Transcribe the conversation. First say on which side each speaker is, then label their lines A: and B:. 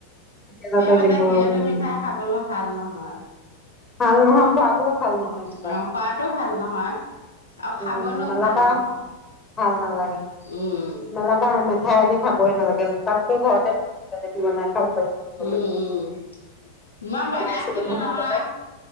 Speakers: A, on the left; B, on the left.
A: একেলগতে
B: সেই মানে,
A: দিব
B: সেইটো
A: উম
B: মিঠাই খাবলৈ ভাল নহ হয়।
A: ভাল নহয়, খোৱাটোও ভাল নহয় এইবিলাক।
B: অ খোৱাতো ভাল নহয়। আৰু
A: উম
B: খাবলৈও
A: মেলাৰ
B: ভাল
A: পৰা
B: নহয়।
A: ভাল নালাগে।
B: উম
A: মেলাপা মেথাই আনি। খাবই নালাগে তাতকৈ ঘৰতে জেলেপি বনাই। খাব পাৰি মন গ'লে
B: উম উম বনাই
A: বনাইছিলো
B: আছিলো নহয়?
A: আগতে